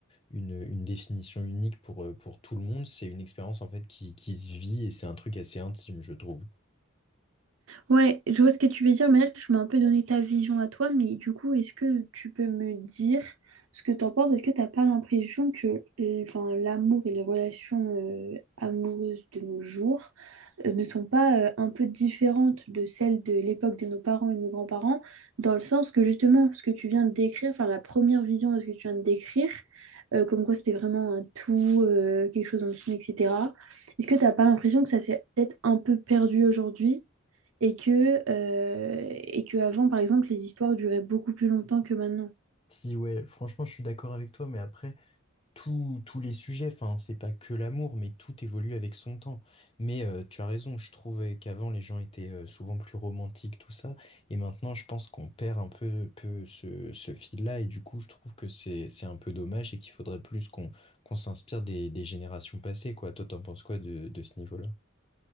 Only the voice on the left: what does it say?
une, une définition unique pour, euh, pour tout le monde. C'est une expérience, en fait, qui, qui se vit et c'est un truc assez intime, je trouve.
Si, ouais, franchement, je suis d'accord avec toi, mais après, tous tous les sujets, enfin, c'est pas que l'amour, mais tout évolue avec son temps. Mais euh, tu as raison, je trouvais qu'avant les gens étaient euh, souvent plus romantiques, tout ça, et maintenant je pense qu'on perd un peu, peu ce, ce fil-là, et du coup je trouve que c'est, c'est un peu dommage et qu'il faudrait plus qu'on qu'on s'inspire des, des générations passées, quoi. Toi, t'en penses quoi de, de ce niveau-là?